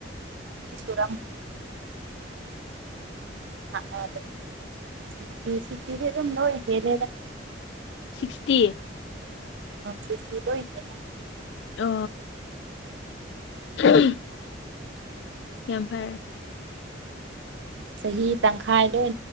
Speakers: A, on the right; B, on the left.
A: ꯁꯨꯔ ꯑ ꯁꯤꯛꯇꯗꯤ ꯑꯗꯨꯝ ꯂꯣꯏꯒꯦꯂꯦꯗ
B: ꯁꯤꯛꯁꯇꯤ
A: ꯑꯣ ꯁꯔꯤꯇꯗ
B: ꯑ <inaudible> ꯌꯥꯝ ꯐꯔꯦ
A: ꯆꯍꯤ ꯇꯪꯈꯥꯏ ꯂꯣꯏ